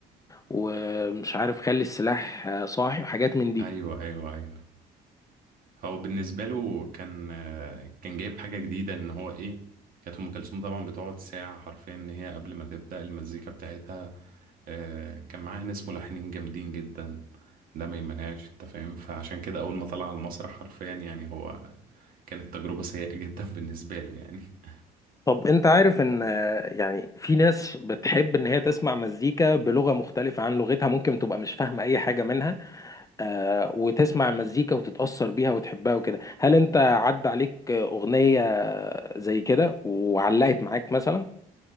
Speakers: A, on the left; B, on the right.
A: ومش عارف خلي السلاح آه، صاحي وحاجات من دي
B: ايوه ايوه ايوه هو بالنسبة له كان كان جايب حاجة جديدة ان هو ايه كانت ام كلثوم طبعا بتقعد ساعة حرفيا ان هي قبل ما تبدأ المزيكا بتاعتها آه، كان معاه ناس ملحنين جامدين جدا ده ما يمنعش انت فاهم فعشان كده اول ما طلع على المسرح حرفيا يعني هو كانت تجربة سيئة جدا <laughs> بالنسبة له يعني
A: طب انت عارف ان آه، يعني في ناس بتحب ان هي تسمع مزيكا بلغة مختلفة عن لغتها ممكن تبقى مش فاهمة اي حاجة منها آه، وتسمع مزيكا وتتأثر بيها وتحبها وكده هل انت عدى عليك آه، اغنية زي كده وعلقت معاك مثلا